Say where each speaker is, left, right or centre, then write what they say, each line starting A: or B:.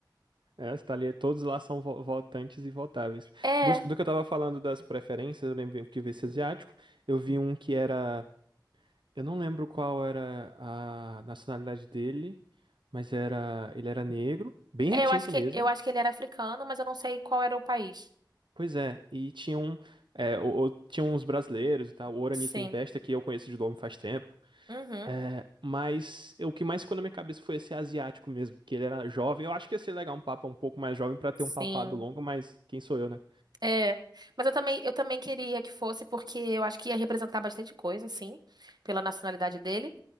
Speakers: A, on the right; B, on the right.
A: É, você tá ali, todos lá são vo- votantes e votáveis.
B: É,
A: Dos- do que eu tava falando das preferências, eu lembro que eu vi esse asiático. Eu vi um que era. Eu não lembro qual era a nacionalidade dele, mas era. Ele era negro, bem
B: é,
A: retinto
B: eu acho que,
A: mesmo.
B: eu acho que ele era africano, mas eu não sei qual era o país.
A: Pois é, e tinha um. É, o- o- tinha uns brasileiros e tal, o Orani
B: Sim.
A: Tempesta, que eu conheço de nome faz tempo.
B: Uhum.
A: É, mas eu- o que mais ficou na minha cabeça foi esse asiático mesmo, que ele era jovem. Eu acho que ia ser legal um papa um pouco mais jovem pra ter
B: Sim.
A: um papado longo, mas quem sou eu, né?
B: É, mas eu também, eu também queria que fosse, porque eu acho que ia representar bastante coisa, assim, pela nacionalidade dele,